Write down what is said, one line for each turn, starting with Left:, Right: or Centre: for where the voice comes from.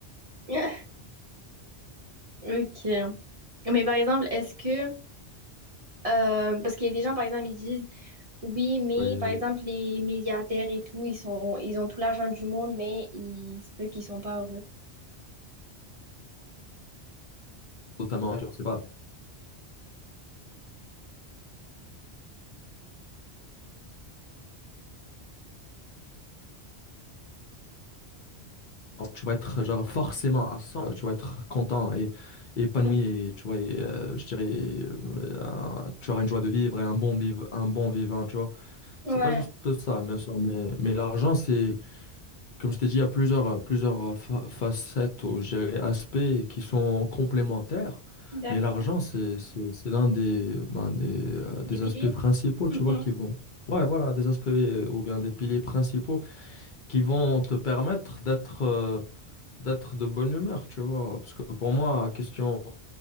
Right: <laughs> Ok. Mais par exemple, est-ce que, euh, parce qu'il y a des gens, par exemple, ils disent, oui, mais
Left: Ouais,
Right: par exemple, les milliardaires et tout, ils sont, ils ont tout l'argent du monde, mais ils se peut qu'ils sont pas heureux.
Left: totalement, genre, c'est pas, tu vas être genre forcément à 100, tu vas être content et, et épanoui,
Right: Mhm.
Left: et, tu vois, et, euh, je dirais, euh, un- tu auras une joie de vivre et un bon, viv- un bon vivant, tu vois.
Right: Ouais,
Left: C'est pas juste ça, bien sûr, mais, mais l'argent, c'est. Comme je t'ai dit, il y a plusieurs, euh, plusieurs euh, fa- facettes ou je dirais, aspects qui sont complémentaires,
Right: d'accord.
Left: mais l'argent, c'est, c'est, c'est l'un des, ben, des, euh,
Right: Des
Left: des
Right: piliers?
Left: aspects principaux, tu
Right: Mhm.
Left: vois, qui vont... Ouais, voilà, des aspects euh, ou bien des piliers principaux qui vont te permettre d'être euh, d'être de bonne humeur, tu vois. Parce que pour moi, question,